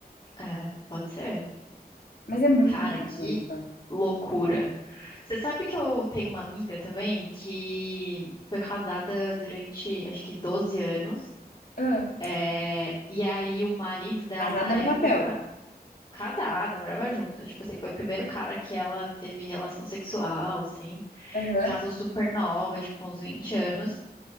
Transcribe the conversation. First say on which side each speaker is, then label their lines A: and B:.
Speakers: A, on the left (about 30°); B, on the left (about 65°).
A: É, pode ser.
B: Mas é muito
A: Cara,
B: bizarro
A: que
B: isso.
A: loucura. Você sabe que eu tenho uma amiga também que foi casada durante, acho que 12 anos.
B: Ah,
A: É, e aí o marido dela,
B: casada
A: na
B: no
A: época,
B: papel.
A: casada, morava junto. Tipo assim, foi o primeiro cara que ela teve relação sexual, assim.
B: Aham,
A: Casou super nova, tipo, uns 20 anos.